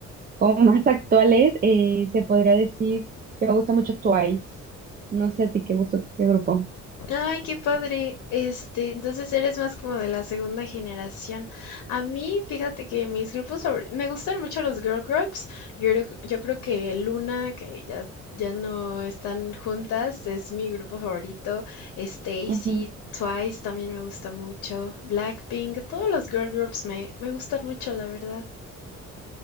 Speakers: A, on the right; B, on the left.
A: como más actuales, eh, se podría decir que me gusta mucho Twice. No sé a ti qué gusto, qué grupo.
B: Ay, qué padre. Este, entonces eres más como de la segunda generación. A mí, fíjate que mis grupos favor- me gustan mucho los girl groups. Yo, creo- yo creo que Luna, que ya, ya no están juntas, es mi grupo favorito. Stacy,
A: Ujú.
B: Twice también me gusta mucho. Blackpink, todos los girl groups me, me gustan mucho, la verdad.